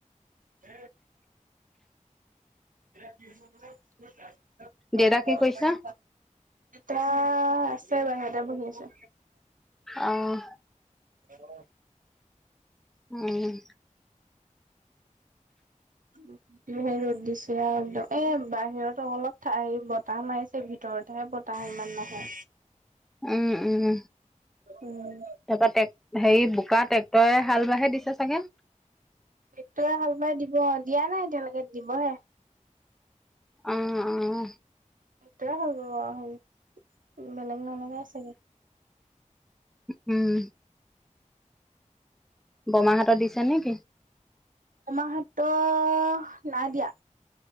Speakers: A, on the right; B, in the centre.
A: এ কি মই
B: দেউতা কি
A: অ
B: কৰিছা
A: চ তা আছে বাৰু এটা বহি আছো
B: আহ
A: অ
B: উম
A: আ ধেৰ ৰ'দ দিছে আৰু এ বাহিৰতো অলপ ঠাই বতাহ মাৰিছে ঘৰতহে বতাহ ইমান নাহে
B: উম উম
A: উম
B: তাৰপা হেৰি বোকাত ট্ৰেক্টৰে হাল বাইঢ়ে দিছে চাগে।
A: টেক্টৰে হাল বাই দিব দিয়া নাই এতিয়ালৈকে দিবহে।
B: উম, উম।
A: টেক্টৰে হালবাব আহ হেই বেলেগ নলগাই চাগে।
B: উম। বৰমাহঁতৰ দিছে নেকি?
A: বৰমাহঁতৰ নাই দিয়া।